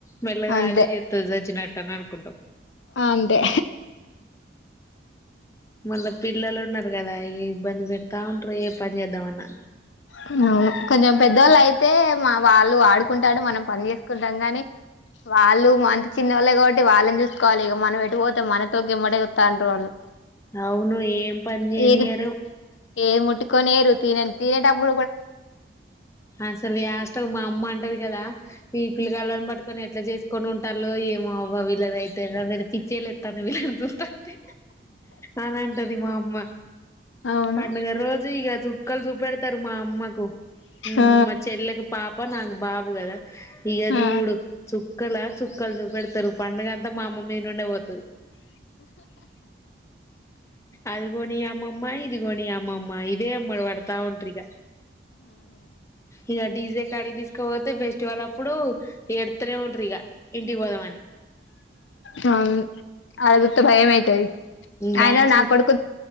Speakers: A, on the left; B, on the left.
A: మెల్లగా
B: అంతే
A: అదే చేస్తది సచ్చినట్టు తని అనుకుంటాం
B: అంతే
A: మళ్ళా పిల్లలు ఉన్నారు కదా ఈ బంద్ పెడతా ఉంట్రు ఏ పని చేద్దామన్నా
B: అవును కొంచెం పెద్దోళ్ళు అయితే మా వాళ్ళు ఆడు కుంటాడు మనం పని చేసుకుంటాం కాని వాళ్ళు మనంత చిన్నోళ్ళే కాబట్టి వాళ్ళని చూసుకోవాలి ఇగ మనం ఎటుపోతే మనతోక గిమ్మటే వత్తాండ్రు వాళ్ళు
A: అవును ఏం పని చేయనీయరు
B: ఏది ఏ ముట్టుకోనినీయరు తిన తినేటపుడు
A: అసలు యాష్టకు మా అమ్మ అంటది గదా ఈ పిల్లగాళ్ళని పట్కొని ఎట్లా చేసుకొని ఉంటాలో ఏమో మావవీళ్లదైతే నా పిచ్చేలేత్తం మిమల్ని చూస్తంటే అని అంటది మా అమ్మ
B: అవును
A: పండగ రోజు ఇక చుక్కలు చూపెడత్ తరు మా అమ్మకు హ్మ్
B: ఆ
A: మా చెల్లెకు పాప నాకు బాబు గదా ఇగ
B: ఆ
A: చూడు చుక్కలా చుక్కలు చూపెడతరు పండగ అంతా మా అమ్మ మీద నుండే పోతది. అది కొనీ అమ్మమ్మ ఇది కొని అమ్మమ్మ ఇదే ఎమ్మట పడతా ఉం త్రిగ ఇగ డిజే కాడికి తీసుకపోతే ఫెస్టివల్ అప్ ఇప్పుడు ఏడుత్తనే ఉంటరు ఇక ఇంటికి పోదామని
B: కాదు ఆడ జూత్తే భయమైతది
A: డ్యాన్సులు
B: అయిన నా కొడుకు